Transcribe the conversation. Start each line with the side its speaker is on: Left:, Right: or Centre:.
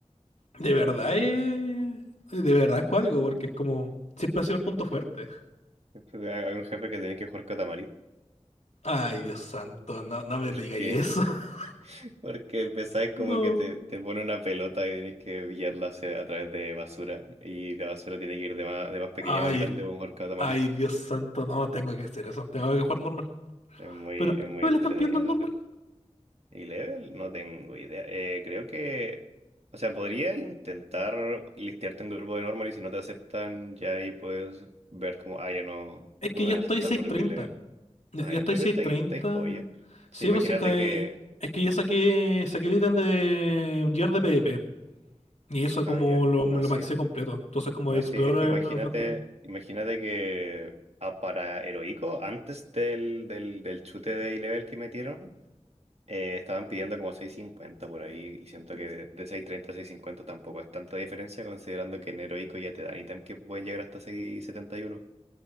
Left: De verdad es... De verdad es cuático, porque es como... Siempre ha sido el punto fuerte.
Right: Hay hay un jefe que tiene que jugar Katamari.
Left: Ay, Dios santo, no, no me digáis
Right: que
Left: eso. <laughs>
Right: Porque empezáis como
Left: No.
Right: que te, te pone una pelota y tenéis que guiarla hacia- a través de basura. Y la basura tiene que ir de más, de más pequeña
Left: Ay,
Right: a más grande, o mejor catamari.
Left: Ay, Dios santo, no, tengo que hacer eso, tengo que jugar normal.
Right: Es muy,
Left: Pero, ¿qué
Right: es muy
Left: me
Right: entretenida
Left: la están pidiendo en
Right: la
Left: normal?
Right: red. Y level, no tengo idea. Eh, creo que. O sea, podría intentar listearte un grupo de normal y si no te aceptan, ya ahí puedes ver como, ah, ya no,
Left: Es
Right: no
Left: que
Right: me
Left: ya
Right: van
Left: estoy
Right: a aceptar
Left: 6.30.
Right: por el level.
Left: Ya
Right: Ah,
Left: ya
Right: yo
Left: estoy
Right: creo
Left: seiscientos
Right: que está
Left: treinta.
Right: ahí, está ahí joya. Sí,
Left: Sí,
Right: imagínate
Left: pues si es que,
Right: que.
Left: es que ya saqué, saqué el ítem de Gear de PvP. Y eso
Right: Ah,
Left: como
Right: ya,
Left: lo,
Right: no,
Left: lo
Right: sí.
Left: maxé completo. Entonces como
Right: No
Left: de Explorer
Right: sé, es que imagínate,
Left: Adventure.
Right: imagínate que ah, para Heroico, antes del, del, del chute de A-Level que metieron, eh, estaban pidiendo como seis cincuenta por ahí, y siento que de seis treinta a seis cincuenta tampoco es tanta diferencia, considerando que en Heroico ya te dan ítems que pueden llegar hasta 6.71.